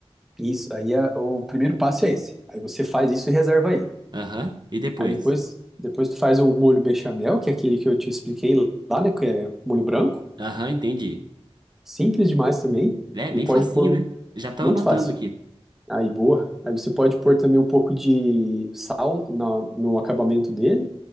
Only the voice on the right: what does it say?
Aham, e depois?
Aham, entendi.
É,
bem
facinho,
né? Já tô
anotando
aqui.